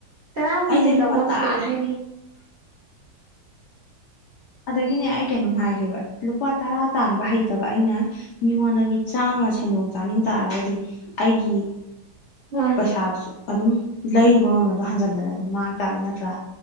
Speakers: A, on the right; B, on the left.
A: ꯇꯔꯥ ꯀꯨꯟꯗꯤ
B: ꯑꯩꯁꯦ ꯂꯨꯄꯥ
A: ꯂꯧꯐꯝ
B: ꯇꯔꯥꯗꯝ
A: ꯊꯣꯛꯑꯦ ꯍꯥꯏꯗꯤ
B: ꯑꯗꯒꯤꯅꯦ ꯑꯩ ꯀꯩꯅꯣꯝ ꯍꯥꯏꯒꯕ ꯂꯨꯄꯥ ꯇꯔꯥ ꯇꯥꯟꯕ ꯍꯩꯇꯕ ꯑꯩꯅ ꯃꯤꯉꯣꯟꯗꯒꯤ ꯆꯥꯝꯃ ꯁꯦꯟꯗꯣꯡ ꯆꯥꯅꯤꯡ ꯇꯥꯔꯒꯗꯤ ꯑꯩꯒꯤ
A: ꯃꯥꯅꯦ
B: ꯄꯩꯁꯥꯗꯨꯁꯨ ꯑꯗꯨꯝ ꯂꯩꯔꯨꯕ ꯃꯃꯜꯗꯣ ꯍꯟꯖꯤꯟꯗꯅ ꯑꯗꯨꯝ ꯃꯥꯡ ꯇꯥꯕꯅꯤ ꯅꯠꯇ꯭ꯔꯥ?